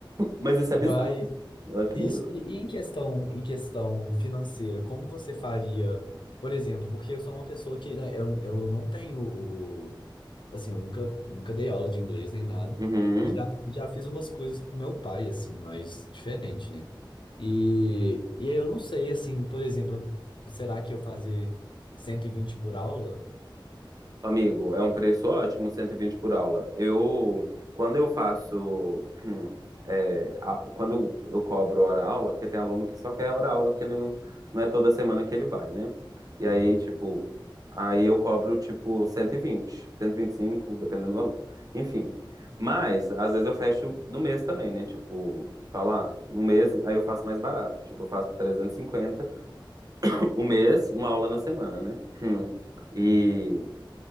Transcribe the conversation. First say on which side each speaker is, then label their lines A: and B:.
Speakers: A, on the right; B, on the left.
A: Mas isso é bizarro,
B: Mas
A: eu acho
B: isso,
A: bizarro.
B: e, e em questão, em questão financeira, como você faria, por exemplo, porque eu sou uma pessoa que, né, eu, eu não tenho assim, eu nunca, nunca dei aula de inglês nem nada.
A: Uhum.
B: Já, já fiz umas coisas pro meu pai, assim, mais diferente, né? E, e aí eu não sei, assim, por exemplo, será que eu fazer 120 por aula?
A: Amigo, é um preço ótimo, 120 por aula. Eu, quando eu faço, hum, é, a- quando eu, eu cobro hora-aula, porque tem aluno que só quer hora-aula, porque ele não, não é toda semana que ele vai, né? E aí,
B: Aham,
A: tipo, aí eu cobro, tipo, cento cento e e vinte cento e vinte e cinco dependendo do aluno. Enfim, mas, às vezes eu fecho no mês também, né? Tipo, falar, no mês, aí eu faço mais barato. Tipo, eu faço 350 o mês, uma aula na semana, né? Hum. E...
B: entendi.